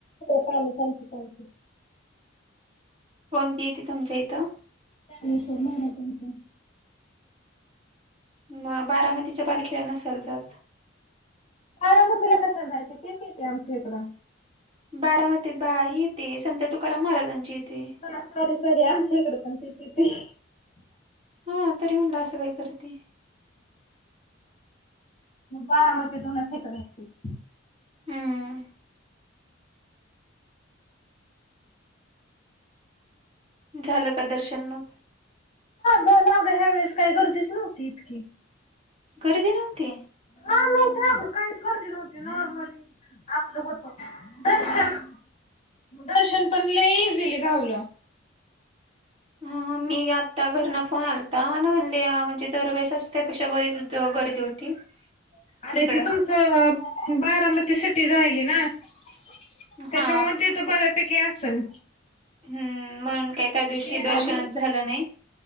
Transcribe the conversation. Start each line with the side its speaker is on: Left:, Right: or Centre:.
Left: हो. कालच आलती पालखी.
Right: कोणती येते तुमच्या इथं?
Left: ज्ञानेश्वर महाराजांची.
Right: मग, बारामतीच्या पालखीला नसाल जात?
Left: बारामतीला कशाला जायचं? तीच येते आमच्या इकडं.
Right: बारामतीत बा ही येते, संत तुकाराम महाराजांची येते.
Left: हा. Sorry sorry. आमच्याकडे पण तीच येते.
Right: हा. तरी म्हणलं असं काय करती?
Left: बारामतीतूनच हिकडं येते.
Right: हम्म झालं का? दर्शन मग.
Left: झाल आगं. ह्या वेळेस काय गर्दीच नव्हती इतकी.
Right: गर्दी नव्हती?
Left: हां. नव्हती आगं, काहीच गर्दी नव्हती. नॉर्मली आपलं होतं. दर्शन, दर्शन पण लई इझिली घावलं.
Right: हा हा मी आत्ता घरनं फोन आलता मला म्हणले, म्हणजे दरवेळेस असं त्यापेक्षा बरीच गर्दी होती.
Left: अरे
Right: इकडं
Left: ते तुमचं, बारामती सिटी राहीली ना. त्याच्यामुळं
Right: हा
Left: ते तर बऱ्यापैकी असंल.
Right: हम्म, म्हणून काय त्या दिवशी
Left: येणार
Right: दर्शनच
Left: म्हटलं.
Right: झालं नाही.